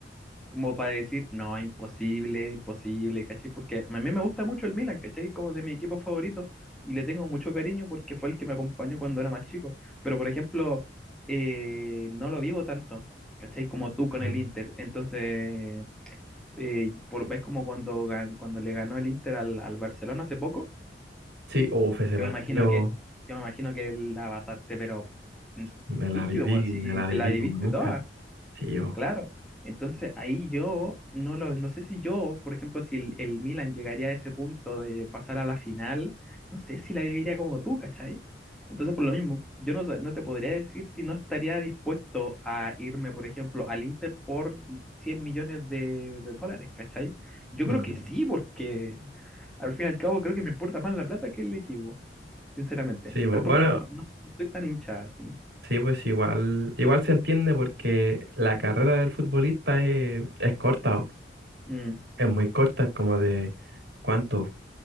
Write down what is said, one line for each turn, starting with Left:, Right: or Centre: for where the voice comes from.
Centre: como para decir, no, imposible, imposible, ¿cachai? Porque a mí me gusta mucho el Milan, ¿cachai? Es como de mi equipo favorito y le tengo mucho cariño porque fue el que me acompañó cuando era más chico. Pero, por ejemplo, eh, no lo vivo tanto. ¿Cachai? Como tú con
Right: Claro.
Centre: el Inter. Entonces, eh, por- es como cuando, gan- cuando le ganó el Inter al, al Barcelona hace poco.
Right: Sí, uf ese
Centre: Yo
Right: partido
Centre: me imagino que, yo me imagino que la pasaste, pero mm,
Right: me la
Centre: rígido,
Right: viví,
Centre: pues así
Right: me la
Centre: te
Right: viví
Centre: la viviste
Right: como nunca.
Centre: toda.
Right: Sí, yo.
Centre: Claro, entonces ahí yo no lo, no sé si yo, por ejemplo, si el, el Milan llegaría a ese punto de pasar a la final, no sé si la viviría como tú, ¿cachai? Entonces, por lo mismo, yo no, sa- no te podría decir si no estaría dispuesto a irme, por ejemplo, al Inter por 100 millones de, de dólares, ¿cachai? Yo
Right: Mm.
Centre: creo que sí, porque al fin y al cabo creo que me importa más la plata que el equipo, sinceramente.
Right: Sí, bo-
Centre: Pero es
Right: bueno,
Centre: porque no, no- no soy tan hincha, así.
Right: sí, pues igual, igual se entiende porque la carrera del futbolista es, es corta, o
Centre: Mm,
Right: es muy corta, es como de, ¿cuánto?